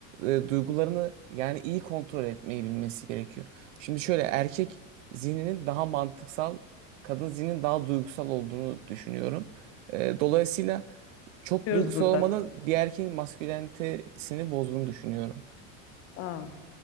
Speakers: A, on the right; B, on the left.
A: e, duygularını yani iyi kontrol etmeyi bilmesi gerekiyor. Şimdi şöyle erkek zihninin daha mantıksal, kadın zihninin daha duygusal olduğunu düşünüyorum. E, dolayısıyla çok
B: diyoruz
A: duygusal
B: burada.
A: olmanın bir erkeğin maskülenitesini bozduğunu düşünüyorum.
B: Aa.